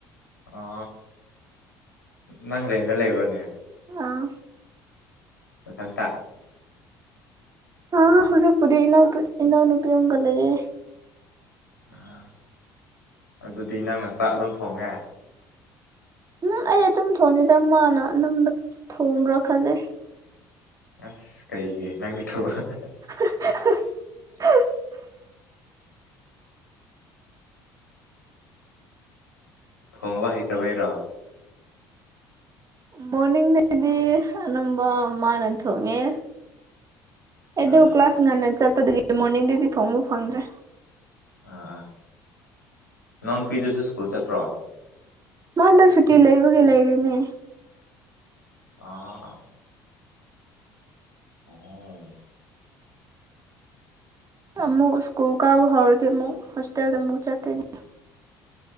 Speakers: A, on the left (about 85°); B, on the right (about 35°).
A: ꯑꯣ ꯅꯪ ꯔꯦꯟꯗ ꯂꯩꯕ꯭ꯔꯅꯦ
B: ꯑꯥ
A: ꯁꯇ
B: ꯑꯥ ꯍꯧꯖꯤꯛ ꯄꯨꯗꯤ ꯏ ꯏꯅꯨꯄꯤꯒ ꯂꯩꯒꯦ
A: ꯑꯥ ꯑꯗꯨꯗꯤ ꯅꯪꯅ ꯆꯥꯛ ꯑꯗꯨꯝ ꯐꯣꯡꯉꯦ
B: ꯎꯝ ꯑꯩ ꯑꯗꯨꯝ ꯊꯣꯡꯅꯤꯗ ꯃꯥꯅ ꯑꯝꯕ ꯊꯣꯡꯕ꯭ꯔꯥ ꯈꯜꯂꯦ
A: ꯑꯁ ꯀꯩꯒꯤ ꯅꯪꯗꯤ ꯊꯕꯛ
B: <unintelligible>
A: ꯊꯣꯡꯕ ꯍꯩꯇꯕꯩꯔꯣ
B: ꯃꯣꯔꯅꯤꯡꯗꯩꯗꯤ ꯑꯅꯝꯕ ꯃꯥꯅ ꯊꯣꯡꯉꯦ ꯑꯩꯗ
A: ꯑꯥ
B: ꯀ꯭ꯂꯥꯁ ꯉꯟꯅ ꯆꯠꯄꯗꯨꯒꯤ ꯃꯣꯔꯅꯤꯡꯗꯩꯗꯤ ꯊꯣꯡꯕ ꯐꯪꯗ꯭ꯔꯦ
A: ꯑꯥ ꯑꯥ ꯅꯅꯥꯎꯅꯨꯄꯤꯗꯨꯁꯨ ꯁ꯭ꯀꯨꯜ ꯆꯠꯄ꯭ꯔꯣ
B: ꯃꯥ ꯍꯟꯗꯛ ꯁꯨꯇꯤ ꯂꯩꯕꯒꯤ ꯂꯩꯔꯤꯅꯦ
A: ꯑ ꯑꯣ
B: ꯑꯃꯨ ꯁꯀꯨꯜ ꯀ ꯍꯔꯗꯤꯃ ꯍꯁꯇꯦꯜꯗ ꯑꯃꯣ ꯆꯠꯇꯣꯏꯅꯤ